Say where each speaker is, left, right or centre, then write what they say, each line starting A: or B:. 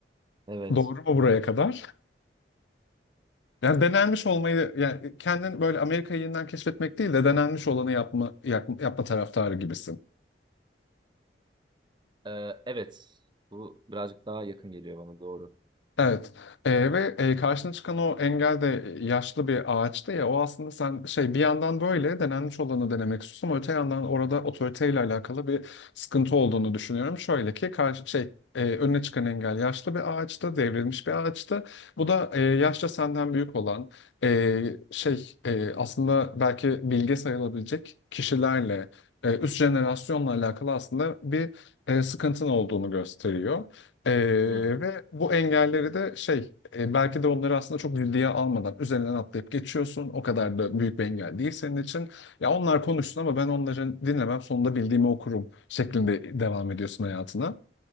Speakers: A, on the right; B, on the left.
A: Evet.
B: Doğru mu buraya kadar? Yani denenmiş olmayı, yani kendin böyle Amerika'yı yeniden keşfetmek değil de denenmiş olanı yapma, yap- yapma taraftarı gibisin.
A: E, evet. Bu birazcık daha yakın geliyor bana doğru.
B: Evet Ee, ve e, karşına çıkan o engel de yaşlı bir ağaçtı ya o aslında sen şey bir yandan böyle denenmiş olanı denemek istiyorsun ama öte yandan orada otoriteyle alakalı bir sıkıntı olduğunu düşünüyorum. Şöyle ki karşı şey e, önüne çıkan engel yaşlı bir ağaçtı, devrilmiş bir ağaçtı. Bu da e, yaşça senden büyük olan e, şey e, aslında belki bilge sayılabilecek kişilerle e, üst jenerasyonla alakalı aslında bir e, sıkıntın olduğunu gösteriyor. Ee,
A: Hı hı.
B: ve bu engelleri de şey e, belki de onları aslında çok ciddiye almadan üzerinden atlayıp geçiyorsun. O kadar da büyük bir engel değil senin için. Ya onlar konuşsun ama ben onları dinlemem sonunda bildiğimi okurum şeklinde devam ediyorsun hayatına.